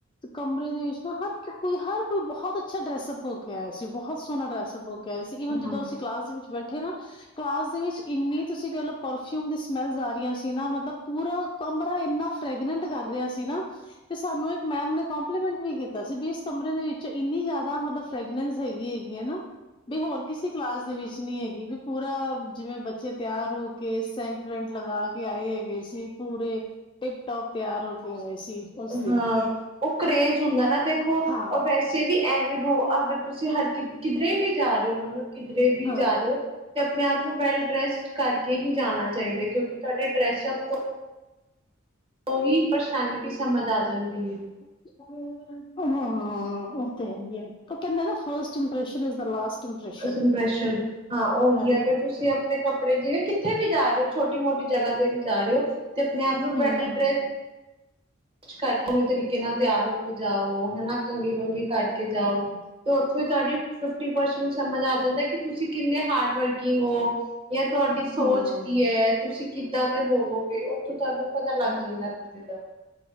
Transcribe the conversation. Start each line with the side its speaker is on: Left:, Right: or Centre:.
Left: ਕਮਰੇ ਦੇ ਵਿੱਚ ਨਾ ਹਰ ਕ ਕੋਈ-ਹਰ ਕੋਈ ਬਹੁਤ ਅੱਛਾ ਡਰੈਸਅੱਪ ਹੋ ਕੇ ਆਇਆ ਸੀ, ਬਹੁਤ ਸੋਹਣਾ ਡਰੈਸਅਪ ਹੋਕੇ ਗਏ ਸੀ ਈਵਨ
Right: ਹਾਂ ਹਮ
Left: ਜਦੋਂ ਅਸੀਂ ਕਲਾਸ ਦੇ ਵਿੱਚ ਬੈਠੇ ਨਾ। ਕਲਾਸ ਦੇ ਵਿੱਚ ਇੰਨੀ ਤੁਸੀਂ ਕਹਿ ਲਓ ਪਰਫਿਊਮ ਦੀ ਸਮੈਲਸ ਆ ਰਹੀਆਂ ਸੀ ਨਾ, ਮਤਲਬ ਪੂਰਾ ਕਮਰਾ ਇੰਨਾ ਫਰੈਗਨੈਂਟ ਕਰ ਰਿਹਾ ਸੀ ਨਾ। ਤੇ ਸਾਨੂੰ ਇੱਕ ਮੈਮ ਨੇ ਕੋਂਪਲੀਮੈਂਟ ਵੀ ਕੀਤਾ ਸੀ ਵੀ ਇਸ ਕਮਰੇ ਦੇ ਵਿੱਚ ਇੰਨੀ ਜ਼ਿਆਦਾ ਮਤਲਬ ਫਰੈਗਨੈਂਸ ਹੈਗੀ-ਹੈਗੀ ਹੈਨਾ ਬੀ ਹੋਰ ਕਿਸੇ ਕਲਾਸ ਵਿੱਚ ਨਹੀਂ ਹੈਗੀ ਵੀ ਪੂਰਾ ਜਿਵੇਂ ਬੱਚੇ ਤਿਆਰ ਹੋ ਕੇ ਸੈਂਟ-ਵੈਂਟ ਲਗਾ ਕੇ ਆਏ ਹੈਗੇ ਸੀ। ਪੂਰੇ ਟਿਪ ਟੋਪ ਤਿਆਰ ਹੋ ਕੇ ਆਏ ਸੀ। ਉਸ ਦਿਨ
Right: ਹਾਂ, ਉਹ ਕਰੇਜ਼ ਹੁੰਦਾ ਨਾ ਦੇਖੋ
Left: ਹਾਂ,
Right: ਔ ਵੈਸੇ ਵੀ ਐਵੇਂ ਰੋ ਅਗਰ ਤੁਸੀਂ ਹਰ ਕਿ ਕਿਧਰੇ ਵੀ ਜਾ ਰਹੇ ਹੋ ਮਤਲਬ ਕਿਧਰੇ ਵੀ
Left: ਹਾਂ,
Right: ਜਾ ਰਹੇ ਓ? ਤੇ ਆਪਣੇ-ਆਪ ਨੂੰ ਵੈਲ ਡਰੈਸਡ ਕਰਕੇ ਹੀ ਜਾਣਾ ਚਾਹੀਦਾ ਏ ਕਿਉਂਕਿ ਤੁਹਾਡੇ ਡਰੈਸਪ ਤੋਂ ਉਹੀ ਪਰਸੈਲਿਟੀ ਸਮਝ ਆ ਜਾਂਦੀ ਏ।
Left: ਹਾਂ, ਉਹ ਤੇ ਹੈਹੀ ਏ ਉਹ ਕਹਿੰਦੇ ਨਾ first impression is the last impression
Right: first impression ਹਾਂ, ਉਹੀ
Left: ਹਨਾ।
Right: ਆ ਅਗਰ ਤੁਸੀਂ ਆਪਣੇ ਕੱਪੜੇ ਜਿਵੇਂ ਕਿੱਥੇ ਵੀ ਜਾ ਰੇ ਹੋ ਛੋਟੀ-ਮੋਟੀ ਜਗ੍ਹਾ ਤੇ ਵੀ ਜਾ ਰੇ ਹੋ। ਤੇ ਆਪਣੇ-ਆਪ ਨੂੰ
Left: ਹੂੰ,
Right: ਵੈਲ ਡ੍ਰੈੱਸ ਕੁਛ ਵਖਰੇ ਤਰੀਕੇ ਨਾਲ ਤਿਆਰ ਹੋ ਕੇ ਜਾਓ ਹੈਨਾ ਕੰੰਘੀ-ਵੰਗੀ ਕਰਕੇ ਜਾਓ।
Left: ਹੂੰ,
Right: ਤੈ ਉਥੋਂ ਈ ਤੁਹਾਡੀ ਫਿਫਟੀ ਪਰਸੈਂਟ ਸਮਝ ਆ ਜਾਦਾ ਕਿ ਤੁਸੀਂ ਕਿੰਨੇ ਹਾਰਡ ਵਰਕਿੰਗ ਓ? ਜਾਂ ਤੁਹਾਡੀ ਸੋਚ
Left: ਹੂੰ,
Right: ਕੀ ਏ ਤੁਸੀਂ ਕਿੱਦਾਂ ਦੇ ਹੋਵੋਗੇ ਉਹ ਓ ਤੁਹਾਨੂੰ ਪਤਾ ਲੱਗ
Left: ਹੂੰ।
Right: ਜਾਂਦਾ ਬੰਦੇ ਦਾ।